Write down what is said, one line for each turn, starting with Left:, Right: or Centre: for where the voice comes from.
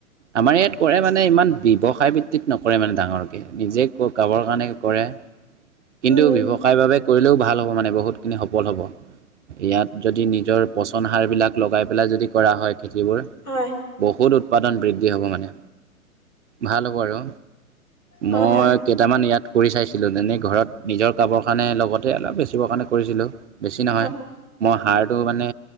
Right: আমাৰ ইয়াত কৰে মানে ইমান ব্যৱসায় ভিত্তিত নকৰে মানে ডাঙৰকে, নিজে খাবৰ কাৰণে কৰে। কিন্তু
Left: উম,
Right: ব্যৱসায় বাবে কৰিলেও ভাল হ'ব মানে বহুত খিনি সফল হব। ইয়াত যদি নিজৰ পচন সাৰ বিলাক লগাই পেলাই যদি কৰা হয়। যিবোৰ
Left: হয়,
Right: বহুত উৎপাদন বৃদ্ধি হ'ব মানে ভাল হ'ব আৰু।
Left: হয়,
Right: মই
Left: হয়,
Right: কেইটামান ইয়াত কৰি চাইছিলোঁ তেনেই ঘৰত নিজৰ খাবৰ কাৰণে লগতে অলপ বেচিবৰ কাৰণে কৰিছিলোঁ। বেছি নহয়
Left: হয়,
Right: মই সাৰ়টো মানে